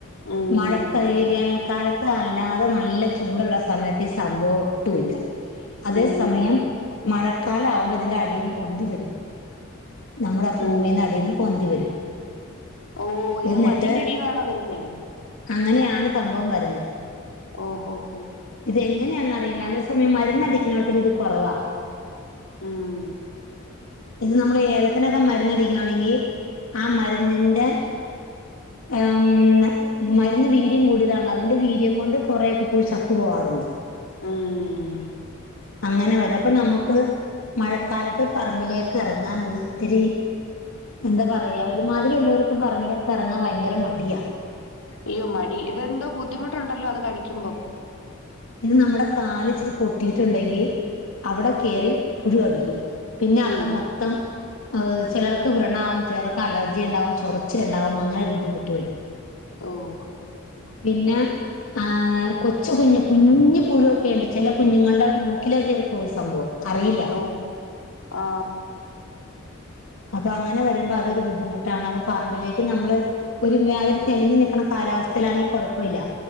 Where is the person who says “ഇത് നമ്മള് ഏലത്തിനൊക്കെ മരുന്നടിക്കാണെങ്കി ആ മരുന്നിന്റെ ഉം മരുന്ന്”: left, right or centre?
Left